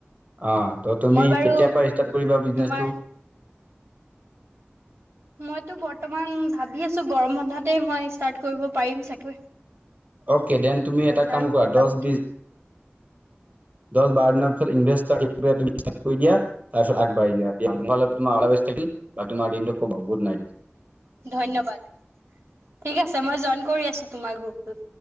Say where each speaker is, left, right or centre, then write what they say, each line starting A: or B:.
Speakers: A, on the right; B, on the right.
A: অ' ত-তুমি
B: মই বাৰু
A: কেতিয়াৰ পৰা ষ্টাৰ্ট কৰিবা বিজনেছটো?
B: তোমাৰ মইতো বৰ্তমান ভাবি আছোঁ গৰম বন্ধতে মই ষ্টাৰ্ট কৰিব পাৰিম চাগৈ।
A: অকে, দেন তুমি
B: পইচাৰো
A: এটা কাম কৰা
B: অলপ
A: দহ-বিশ দহ-বাৰ দিনৰ পিছত ইনভেষ্ট <unintelligible> কৰি দিয়া। তাৰপিছত আগবাঢ়ি দিয়া, মোৰ ফালৰ পৰা তোমাৰ অল দা বেষ্ট থাকিল, তোমাৰ দিনটো শুভ হওঁক, গুড নাইট।
B: ধন্যবাদ, ঠিক আছে মই জইন কৰি আছোঁ তোমাৰ গ্ৰুপটোত।